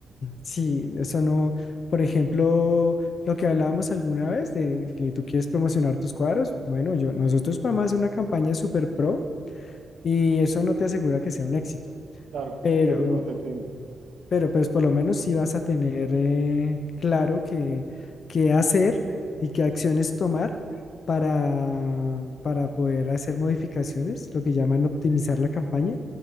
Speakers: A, on the left; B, on the right.
A: Sí, eso no, por ejemplo, lo que hablábamos alguna vez de que tú quieres promocionar tus cuadros, bueno, yo, nosotros podemos hacer una campaña super pro y eso no te asegura que sea un éxito,
B: Claro,
A: pero
B: claro, no te entiendo.
A: Pero pues por lo menos sí vas a tener eh, claro qué, qué hacer y qué acciones tomar para, para poder hacer modificaciones, lo que llaman optimizar la campaña